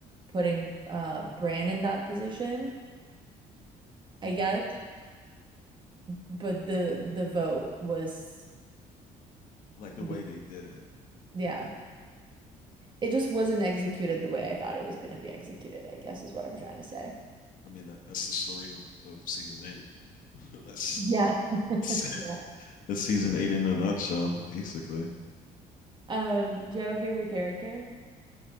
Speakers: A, on the right; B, on the left.
A: putting uh Bran in that position, I
B: hmm
A: guess, but the the vote was
B: Like the
A: weird.
B: way they did it.
A: Yeah. It just wasn't executed the way I thought it was going to be executed, I guess is what I'm trying to say.
B: I mean, that, that's the story of, of season eight. <laughs> that's
A: Yeah.
B: <laughs>
A: Yeah.
B: that's season eight in a nutshell, basically.
A: Um, do you have a favorite character?